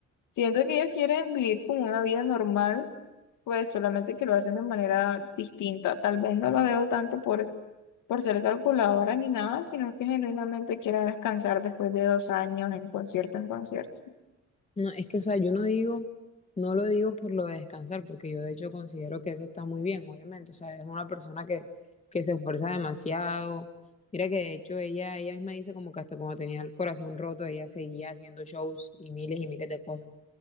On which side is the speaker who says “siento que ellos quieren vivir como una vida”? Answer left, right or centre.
Left